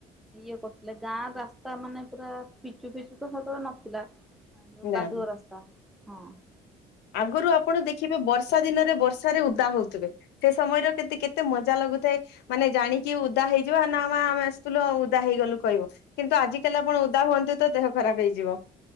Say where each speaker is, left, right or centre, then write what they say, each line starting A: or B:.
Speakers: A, in the centre; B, on the left.
A: ଇଏ କରୁଥିଲେ ଗାଁ ରାସ୍ତା ମାନେ ପୁରା ପିଚୁ ଫିଚୁ ତ ସେତେବେଳେ ନଥିଲା । ଉ
B: ନା।
A: କାଦୁଅ ରାସ୍ତା, ହଁ ।
B: ଆଗରୁ ଆପଣ ଦେଖିବେ ବର୍ଷା ଦିନ ରେ ବର୍ଷାରେ ଉଦା ହଉଥିବେ, ସେ ସମୟରେ କେ-କେତେ ମଜା ଲାଗୁଥାଏ ମାନେ ଜାଣିକି ଉଦା ହେଇଯିବା ନା ମା ଆମେ ଆସିଥିଲୁ ଆଉ ଉଦା ହେଇଗଲୁ କହିବ । କିନ୍ତୁ ଆଜିକାଲି ଆପଣ ଉଦା ହୁଅନ୍ତୁ ତ ଦେହ ଖରାପ ହେଇଯିବ।